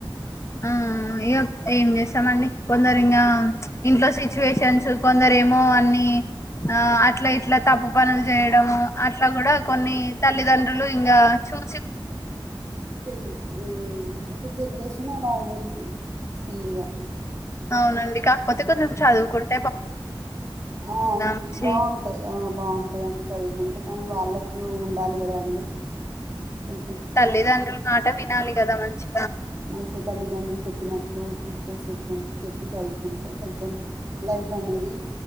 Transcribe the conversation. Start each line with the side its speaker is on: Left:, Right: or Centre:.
Left: ఆ ఇగ ఏం చేస్తామండి కొందరి ఇంగా ఇంట్లో సిచ్యువేషన్స్ కొందరేమో అన్ని ఆ అట్లా ఇట్లా తప్పు పనులు చేయడము అట్లా కూడా కొన్ని తల్లిదండ్రులు ఇంకా చూ
Right: పెళ్లి ఉ ఇప్పు జెనరేషనే బాగుంది స్పీడ్గా
Left: అవునండి కాకపోతే కొంచెం చదువు కుడా
Right: ఆ
Left: మంచి
Right: బాగుంటాయి ఆ బాగుంటాయండి చదువుకుంటే కానీ వా ళ్ళకు ఉండాలి కదా అండి కొంచెం
Left: తల్లిదండ్రుల మాట వినాలి కదా మంచి
Right: మంచి తల్లిదండ్రులు చెప్పినట్టు టీచర్స్ ఎక్కుంటే చెప్పి చదువుకుంటే కొంచెం లైఫ్ అనేది